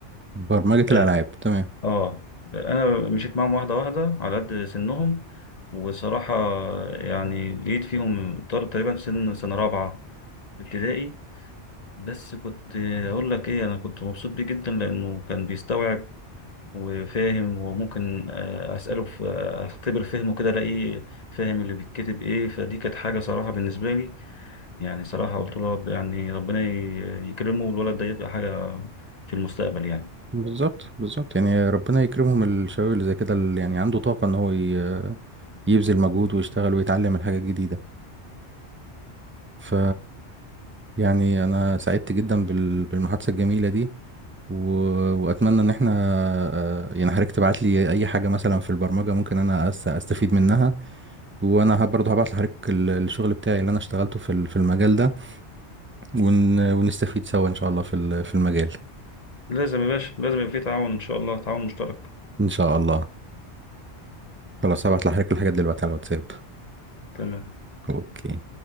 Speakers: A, on the right (about 15°); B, on the left (about 35°).
A: برمجة
B: آه،
A: الالعاب تمام
B: اه انا مشيت معاهم واحده واحده على قد سنهم وصراحه يعني لقيت فيهم طالب تقريبا في سن سنه رابعه ابتدائي بس كنت اقول لك ايه انا كنت مبسوط بيه جدا لانه كان بيستوعب وفاهم وممكن آه، اساله في آه، اختبر فهمه كده الاقيه فاهم اللي بيتكتب ايه فدي كانت حاجه صراحه بالنسبه لي يعني صراحه قلت له رب- يعني ربنا ي- يكرمه والولد ده يبقى حاجه في المستقبل يعني
A: بالظبط بالظبط يعني ربنا يكرمهم الشباب اللي زي كده اللي يعني عنده طاقة ان هو ي- يبذل مجهود ويشتغل ويتعلم الحاجة الجديدة ف يعني انا سعدت جدا بال- بالمحادثة الجميلة دي و... واتمنى ان احنا آه، يعني حضرتك تبعت لي اي حاجة مثلا في البرمجة ممكن انا أس... استفيد منها وانا ه- برضه هبعت لحضرتك ال- الشغل بتاعي اللي انا اشتغلته في ال- في المجال ده ون... ونستفيد سوا ان شاء الله في ال- في المجال
B: لازم يا باشا لازم يبقى في تعاون ان شاء الله تعاون مشترك
A: ان شاء الله خلاص هبعت لحضرتك الحاجات دلوقتي على الواتساب
B: تمام
A: اوكي